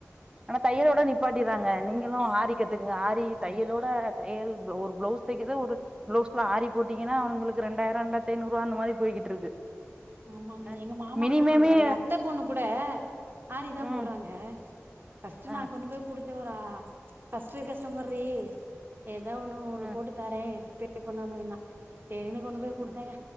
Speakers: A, on the right; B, on the right.
A: அ னா தயலோட நிப்பாட்டிற்றாங்க நீங்களு ஆரி கத்துக்குங்க ஆரி தையலோட தையல் ஒரு ப்ளவுஸ் தக்கிது ஒரு ப்ளவுஸ்ல ஆரி போட்டீங்கன்னா அவனுங்களுக்கு ரெண்டாயர ரெண்டாயத்து ஐநூறுவா அந்த மாரி போய்கிட்ருக்கு
B: ஆமா
A: அ
B: எங்க மாமா
A: மினிமமே
B: பொண்ணுவ எங்க அத்த பொண்ணு கூட ஆரிதா
A: ம்
B: போற்றாங்க ஃபஸ்ட்டு
A: அ
B: நா கொண்டு போய் குடுத்தே ஒரு ஆ ஃபஸ்ட்டு கஸ்டமர்ரி ஏதோ ஒன்னு ஒன்னு
A: அ
B: போட்டு தாரேபே பண்ணு அப்புடின்னா சேரினு கொண்டு போய் குடுத்தேங்க
A: அ